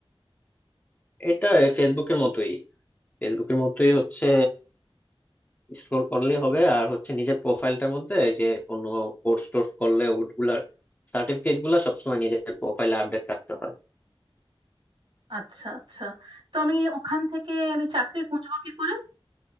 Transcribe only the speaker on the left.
এটা ফেসবুকের মতোই ফেসবুকের মতোই হচ্ছে স্ক্রোল করলেই হবে আর হচ্ছে নিজের প্রোফাইলটার মধ্যে এই যে কোনো কোর্স টোর্স করলে ওগুলার সার্টিফিকেট গুলা সবসময় নিজের প্রোফাইলে আপডেট রাখতে হয়